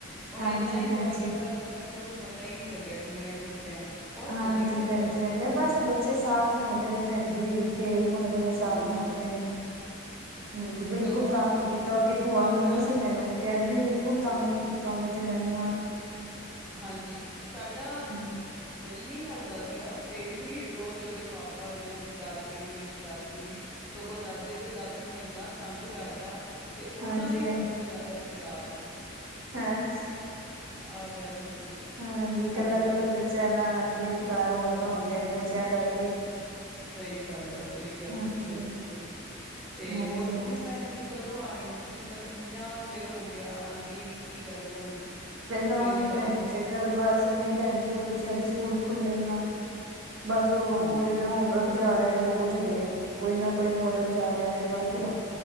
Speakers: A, in the centre; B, on the right.
A: ਉਹਨੇ
B: ਹਾਂਜੀ
A: ਇੰਨਾ ਇੰਜੋਏ
B: ਹਾਂਜੀ।
A: ਕੀਤਾ ਚ ਤੇ ਉਹਨੂੰ ਪਤਾ ਹੀ ਨੀ ਲੱਗਿਆ ਵੀ ਮੈਂ ਕਿੱਥੇ ਆ। ਬਹੁਤ
B: ਹਾਂਜੀ
A: ਵਧੀਆ ਇੰਜੋਏ
B: ਭੈਣ ਜੀ
A: ਕਰਕੇ
B: ਹਾਂਜੀ ਬਸ
A: ਆਇਆ,
B: ਬੱਚੇ ਸਾਥ ਸਾਥ ਮੰਗਦੇ ਨੇ ਭੈਣ ਜੀ ਖੇਲ ਮੰਗਦੇ ਨੇ ਸਾਥ
A: ਹਾਂਜੀ,
B: ਮੰਗਦੇ ਨੇ। ਹਾਂਜੀ ਬਿਲਕੁਲ
A: ਸਗੋਂ
B: ਤੰਗ ਨੀ ਕੀਤਾ ਉਹਦੀ
A: ਅਮ,
B: ਭੂਆ
A: ਸਾਡਾ
B: ਮਿਲੀ
A: ਹਜੇ
B: ਸੀ ਮੈਨੂੰ ਕਹਿੰਦੀ ਬਿਲਕੁਲ
A: ਅੱਛਾ,
B: ਤੰਗ ਨਹੀਂ ਕੀਤਾ। ਤਾਂ ਉਹਨੇ ਤੇ ਮੈਨੂ
A: ਹਾਂਜੀ ਸਾਡਾ
B: ਹੂੰ।
A: ਦਿਲ ਨੀ ਲੱਗਦਾ। ਸੀਗਾ ਫੇਰ ਵੀ ਰੋਜ਼ ਉਹਦੇ ਪਾਪਾ ਵੀ ਉਹਦੀ ਦਾਦੀ ਵੀ ਉਹਦੇ ਦਾਦੂ ਵੀ ਸਗੋਂ ਦਾਦੇ ਤੇ ਦਾਦੀ ਨੂੰ ਇੰਨਾ ਤੰਗ ਕਰਦਾ। ਤੇ ਉਹਨਾਂ
B: ਹਾਂਜੀ
A: ਨੇ ਹੀ ਸਭ ਤੋਂ ਜ਼ਿਆਦਾ ਇਹਨੂੰ ਯਾਦ ਕੀਤਾ।
B: ਹੈ
A: ਆਹ ਗੱਲ ਹੋਈ ਆ,
B: ਹਾਂਜੀ
A: ਹਾਂਜੀ,
B: ਕੱਲਾ ਕੱਲਾ ਬੱਚਾ ਨਾ ਹਾਂਜੀ ਤਾ ਰੌਣਕਾਂ
A: ਹਾਂਜੀ।
B: ਹਉਂਦੀਆਂ ਨੇ। ਬੱਚਿਆਂ। ਕਰਕੇ।
A: ਸਹੀ। ਗੱਲ। ਆ। ਸਹੀ। ਗੱਲ।
B: ਹਾਂਜੀ
A: ਤੁਸੀਂ। ਬਿਲਕੁਲ। ਸਹੀ। ਗ। ਤੇ।
B: ਹਾਂਜੀ
A: ਹੋਰ।
B: ਹਾਂਜੀ
A: ਤੁਸੀਂ। ਭੈਣ। ਜੀ। ਕਦੋਂ। ਆ। ਰਹੇ। ਹੋ। ਤੁਸੀਂ। ਤਾਂ। ਕਿੰਨਾ। ਚਿਰ। ਹੋ। ਗਿਆ। ਆਉਂਦੇ। ਨੀ। ਕੀ। ਗੱਲ। ਭੈਣ। ਜੀ।
B: ਪਹਿਲਾਂ। ਆਵਾਂਗੀ।
A: ਕੋਈ ਨਾਰਾਜ਼ਗੀ
B: ਭੈਣ। ਜੀ। ਚੱਕਰ।
A: ਆ?
B: ਬਸ। ਨਹੀਂ। ਭੈਣ। ਜੀ। ਉਹ। ਬੱਚਿਆਂ। ਦੇ। ਸਕੂਲ। ਖੁੱਲ੍ਹੇ। ਨਾ। ਬਸ, ਓ,
A: ਹਾਂਜੀ,
B: ਹੋਲੀਡੇ, ਹੋਮਵਰਕ। ਜਾ ਰਿਹਾ ਵੇ ਰੋਜ਼ ਹਜੇ, ਕੋਈ ਨਾ ਕੋਈ ਮੋਡਲ ਜਾ ਰਿਹਾ ਵੇ, ਬਲਾ